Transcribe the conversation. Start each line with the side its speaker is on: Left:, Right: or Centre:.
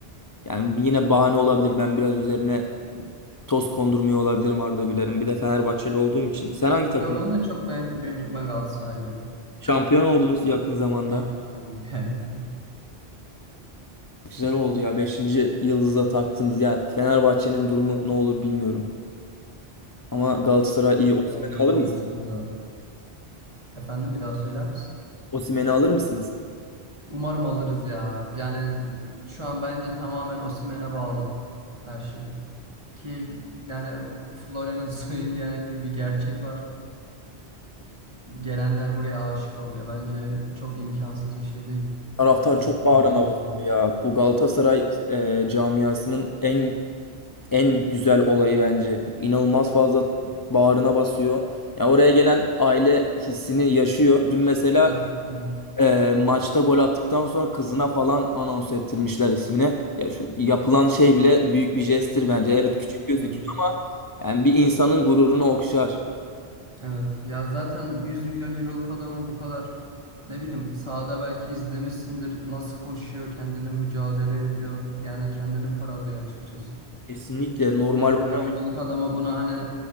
Left: yani yine bahane olabilir ben biraz üzerine toz kondurmuyor olabilirim Arda Güler'in bir de Fenerbahçeli olduğum için. Sen hangi takım?
Right: Yo ben de çok beğen beğeniyorum. Ben Galatasaraylıyım.
Left: Şampiyon oldunuz yakın zamanda.
Right: Şampiyon olduk <laughs> evet.
Left: Güzel oldu ya. Beşinci yıldızı da taktınız. Ya Fenerbahçe'nin durumu ne olur bilmiyorum. Ama Galatasaray iyi.
Right: Hatta
Left: Osimhen'i
Right: bence
Left: alır
Right: uyutuluyor.
Left: mısınız?
Right: Efendim bir daha söyler misin?
Left: Osimhen'i alır mısınız?
Right: Umarım alırız ya. Yani e, şu an bence tamamen Osimhen'e bağlı her şey. Ki yani Florya'nın <laughs> soyu diyen gibi bir gerçek var. Gelenler buraya aşık oluyor. Bence çok imkansız bir şey değil.
Left: Taraftar
Right: Osman'ın
Left: çok bağrına
Right: burada kalması.
Left: basıyor ya. Bu Galatasaray e, camiasının en en güzel olayı bence. İnanılmaz fazla bağrına basıyor. Ya oraya gelen aile hissini yaşıyor. Dün mesela
Right: Tabii ki. canım,
Left: e, maçta gol attıktan sonra kızına falan anons ettirmişler ismini. Ya şu yapılan şey bile büyük bir jesttir bence. Evet
Right: Tabii
Left: küçük
Right: ki.
Left: gözüküyor
Right: canım.
Left: ama yani bir insanın gururunu okşar.
Right: Evet. Ya zaten 100 milyon euroluk adamın bu kadar ne bileyim sahada belki izlemişsindir. Nasıl koşuyor, kendini mücadele ediyor. Yani kendini paralıyor açıkçası.
Left: Kesinlikle normal
Right: 100
Left: oynamıyor.
Right: milyon euroluk adama bunu hani